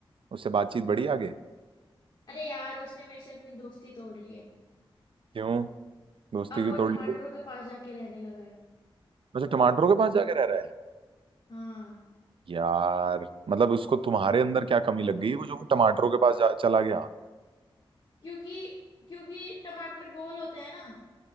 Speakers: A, on the right (about 70°); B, on the left (about 50°).
A: उससे बातचीत बढ़ी आगे
B: अरे यार उसने मेरे से अपनी दोस्ती तोड़ ली है
A: क्यों दोस्ती
B: अब
A: की
B: वो
A: तोड़
B: टमाटरों
A: ली गई
B: के पास जाके रहने लगा है
A: अच्छा टमाटरों के पास जाके रह रहा है
B: हाँ
A: यार मतलब उसको तुम्हारे अंदर क्या कमी लग गई वो जो वो टमाटरों के पास जा, चला गया
B: क्योंकि क्योंकि टमाटर गोल होते हैं ना